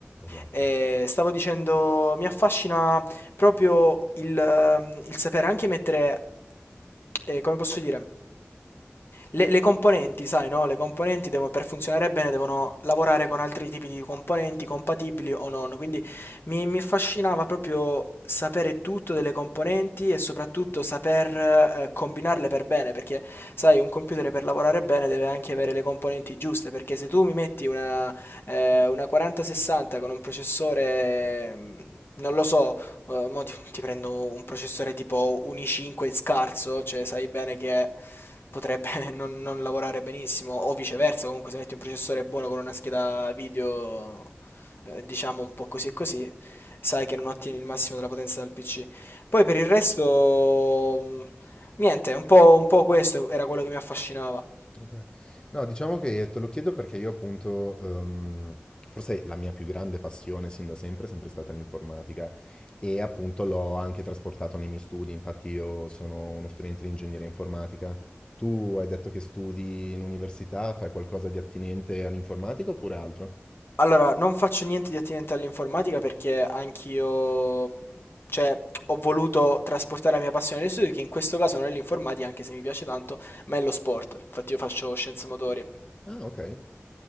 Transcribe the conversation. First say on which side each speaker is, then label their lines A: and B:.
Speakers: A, on the left; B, on the left.
A: Esatto.
B: E stavo dicendo, mi affascina proprio il, ehm, il sapere anche mettere, eh, come posso dire, le, le componenti, sai, no? Le componenti devono, per funzionare bene devono lavorare con altri tipi di componenti compatibili o non. Quindi mi mi affascinava proprio sapere tutto delle componenti e soprattutto saper, ehm, combinarle per bene, perché sai un computer per lavorare bene deve anche avere le componenti giuste, perché se tu mi metti una ehm, una 4060 con un processore, mhmm, non lo so, uhm, mo ti ti prendo un processore tipo un i5 scarso, cioè sai bene che potrebbe <laughs> non non lavorare benissimo, o viceversa comunque se metti un processore buono con una scheda video eh, diciamo un po' così e così, sai che non ottieni il massimo della potenza del PC. Poi per il resto, mh, niente, un po', un po' questo era quello che mi affascinava.
A: Ok. No, diciamo che te lo chiedo perché io appunto, ehm, forse la mia più grande passione sin da sempre è sempre stata l'informatica e appunto l'ho anche trasportato nei miei studi, infatti io sono uno studente di ingegneria informatica. Tu hai detto che studi in università, fai qualcosa di attinente all'informatica oppure altro?
B: Allora, non faccio niente di attinente all'informatica perché anch'io, mh, cioè, ho voluto trasportare la mia passione agli studi, che in questo caso non è l'informatica, anche se mi piace tanto, ma è lo sport. Infatti io faccio scienze motorie.
A: Ah, ok,